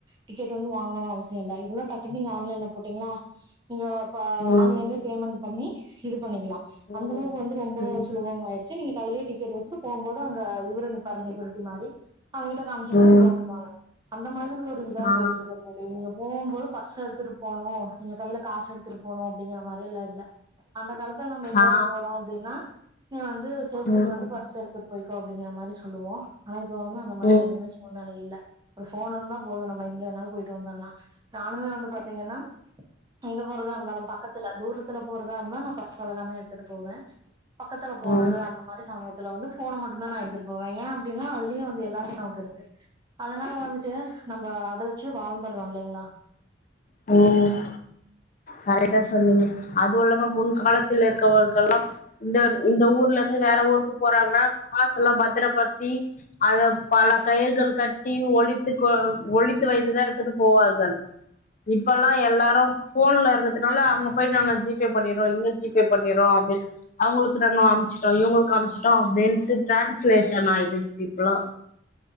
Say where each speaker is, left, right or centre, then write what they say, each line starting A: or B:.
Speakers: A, on the right (about 20°); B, on the left (about 40°).
A: டிக்கெட்டு வந்து வாங்னுன்னு அவசியோ இல்ல இதுனா டக்னுன்னு நீங்க ஆன்லைன்ல போட்டிங்ளா இங்க ப
B: ம்
A: ஆன்லைன்லே பேமண்ட் பண்ணி இது பண்ணிக்லா
B: ம்
A: அந்தளவுக்கு வந்து ரொம்போ
B: ம்
A: சுலபோம் ஆய்ருச்சு நீங்க கைய்லியே டிக்கெட் வச்சிட்டு போவும்போது அங்க இவ்ரு நிப்பாரு செக்யுரிட்டி மாறி அவ்ங்கிட்ட காமிச்சிங்ன்னா
B: ம்
A: உள்ள உட்ருவாங்க அந்த மாதிரி ஒரு இதா
B: ஆ
A: போயிட்ருக்கு தோழி நீங்க போவும்போது பர்ஸ் எடுத்துட்டு போணும் நீங்க கையில காஸ் எடுத்துட்டு போணும் அப்டிங்கிற மாறியல்ல இல்ல அந்த காலத் இப்ப நாங்க எங்கயாது
B: ஆ
A: போறோ அப்டின்னா நீங்க வந் து சோப்துங்க
B: ம்
A: வந்து
B: ம்
A: பார்த்த சாரதி போய்கோ அப்டிங்ற மாறி சொல்லுவோம் ஆனா இப்ப வந்து அந்த மாதிரி
B: ம்
A: எவுமே சூழ்நிலை இல்ல அப்பற ஃபோன் இருந்தா போது நம்ம எங்கே வேணாலு போய்ட்டு வந்துரலா நானுமே வந்து பாத்திங்கன்னா எங்க போறதா இருந்தாலு பக்கத்துல தூரத்துல போறதா இருந்தா நா பர்ஸ் அதெல்லாமே எடுத்துட்டு போவே பக்கத்துல போறது
B: ம்
A: அந்த மாரி சமயத்துல வந்து போன மட்டுதா நா எடுத்துட்டு போவே ஏ அப்டின்னா அதுலயே வந்து எல்லாமே நமக்கு இருக்கு அதுனால வந்துட்டு நம்ம அத வெச்சு வாழ்ந்தறோ இல்லைங்களா
B: ம் கரெக்டா சொன்னீங்க அது உலகோ முன் காலத்துல இருக்கிறவர்களாம் இந்த இந்த ஊர்ல இருந்து வேற ஊருக்கு போறாங்கன்னா காசு எல்லா பத்திரப்படுத்தி அத பல கயிர்கள் கட்டி ஒழித்து கொ ஒழித்து வைத்துதா எடுத்துட்டு போவோர்கள் இப்பல்லா எல்லாரும் போன்ல இருக்கதுனால அங்க போய் நாங்க ஜிபே பண்ணிறோ இங்க ஜிபே பண்ணிறோ அப்டின் அவுங்களுக்கு நாங்க அம்முச்சுட்டோ இவுங்களுக்கு அம்முச்சுட்டோ அப்டின்ட்டு ட்ரேன்ஸ்லேஷன் ஆயிடுச்சு இப்புல